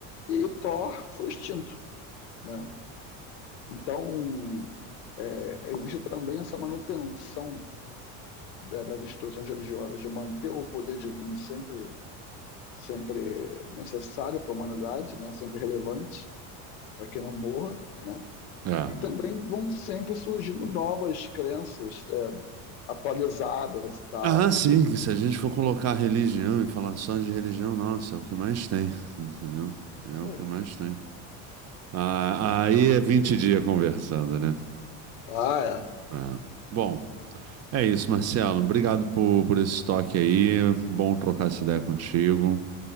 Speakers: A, on the left (about 85°); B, on the right (about 40°).
A: e Thor foi extinto, né? Então, é, existe também essa manutenção da- das instituições religiosas, de manter o poder divino sempre, sempre necessário para a humanidade, né? sempre relevante, para que não morra. Né?
B: É.
A: E também vão sempre surgindo novas crenças é, atualizadas e tal.
B: Ah,
A: Né?
B: sim,
A: Digo
B: que se
A: assim,
B: a gente for colocar religião e falar só de religião, nossa, é o que mais tem, entendeu? É
A: Isso
B: o
A: aí.
B: que mais tem. Ah, aí é 20 dias conversando, né?
A: Ah, é.
B: É. Bom, é isso, Marcelo. Obrigado por, por esse toque aí. Bom trocar essa ideia contigo.